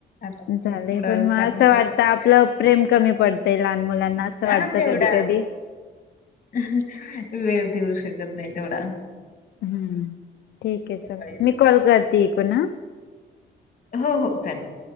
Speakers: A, on the left; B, on the left.
A: आता ते
B: झाले
A: थोडं
B: पण म असं
A: महिन्याचं
B: वाटत
A: म्हणजे
B: आपलं प्रेम कमी पडतय लहान मुलांना असं वाटतं
A: हा तेवढा
B: कधी
A: अ
B: कधी
A: ह वेळ देऊ शकत नाही तेवढा.
B: हम्म ठीकये चल
A: सकाळी
B: मी कॉल करते इकुन अ
A: हो, हो चालेल.